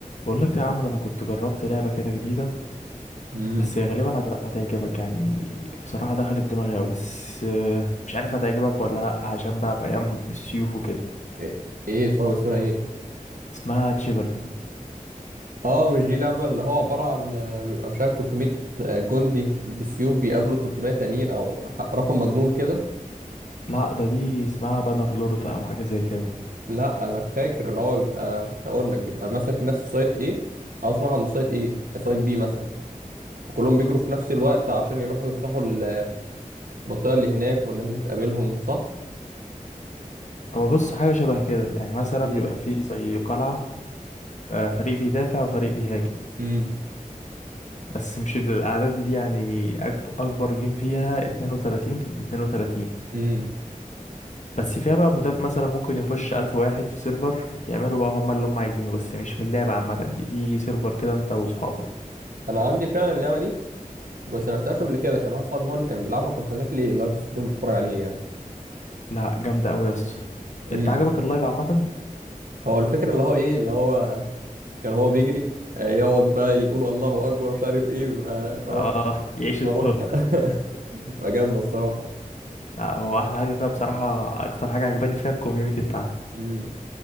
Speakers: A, on the left; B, on the right.
A: بقول لك يا عمرو انا كنت جربت لعبه كده جديده
B: امم
A: بس هي غالبا هت- هتعجبك يعني بصراحه دخلت دماغي أوي بس آه، مش عارف هتعجبك ولا لا عشان بقى بايام السيوف وكده
B: ايه إيه صعب اسمها ايه
A: اسمها تشيفرد
B: اه مش دي لعبة اللي هو عبارة عن آه، بيبقى مش عارف 300 جندي بسيوف بيقابلوا 300 تانيين او ح- رقم مجنون كده
A: لا ده دي اسمها بانر لورد او حاجه زي كده
B: لا انا فاكر اللي هو بيبقى اقول لك بيبقى مثلا في ناس في سايت ايه عاوز يروح عند سايت ايه سايت بي مثلا وكلهم بيجروا في نفس الوقت عشان يروحوا يفتحوا ال- آه، المنطقة اللي هناك والناس بتقابلهم صح
A: هو بص حاجه شبه كده يعني مثلا
B: امم
A: بيبقى فيه زي قلعه آه، فريق بيدافع وفريق بيهاجم
B: امم
A: بس مش بالاعداد دي يعني أكب- اكبر جيم فيها 32 ضد 32
B: امم
A: بس فيها بقى مودات مثلا ممكن يخش ألف واحد في سيرفر يعملوا بقى هما اللي هما عايزينه بس مش من اللعبة عامة دي دي سيرفر كده انت وصحابك
B: انا عندي فعلا اللعبة دي بس ما لعبتهاش قبل كده كان واحد صاحبي هو اللي كان بيلعبها وكان فاتح لي لايف ستريم بتفرج عليه
A: لا جامدة أوي يا اسطى
B: يعني
A: انت عجبك اللايف عامة؟
B: هو الفكرة اللي هو ايه اللي هو كان هو بيجري آه، يقعد بقى يقول الله اكبر مش عارف ايه بيبقى اللي
A: اه
B: هو
A: يعيش
B: والله
A: الدور
B: <laughs> بيبقى جامدة الصراحة
A: لا هو أحلى حاجة فيها بصراحة أكتر حاجة عجباني فيها الكوميونيتي بتاعها
B: امم